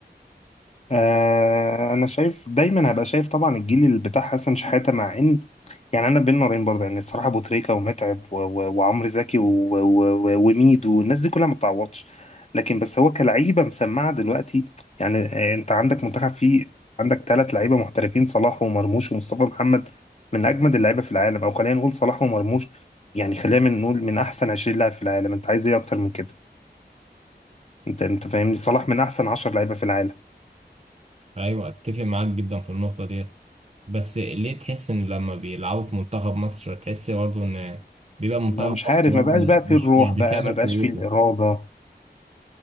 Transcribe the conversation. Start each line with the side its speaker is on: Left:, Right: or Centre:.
Left: آه انا شايف دايما هبقى شايف طبعا الجيل اللي بتاع حسن شحاته مع ان يعني انا بين نارين برضه يعني الصراحه ابو تريكه ومتعب و- و- وعمرو زكي و- و- و- وميدو والناس دي كلها ما بتعوضش لكن بس هو كلعيبه مسمعه دلوقتي يعني آه، انت عندك منتخب فيه عندك ثلاث لعيبه محترفين صلاح ومرموش ومصطفى محمد من اجمد اللعيبه في العالم او خلينا نقول صلاح ومرموش يعني خلينا من نقول من احسن 20 لاعب في العالم انت عايز ايه اكتر من كده انت انت فاهمني صلاح من احسن 10 لعيبه في العالم
Right: ايوه اتفق معاك جدا في النقطه ديت بس ليه تحس ان لما بيلعبوا في منتخب مصر تحس برضه ان بيبقى منتخب
Left: ما مش
Right: مصر
Left: عارف ما
Right: برضه
Left: بقاش بقى
Right: مش
Left: فيه الروح
Right: مش بكامل
Left: بقى ما بقاش
Right: قوته
Left: فيه الإرادة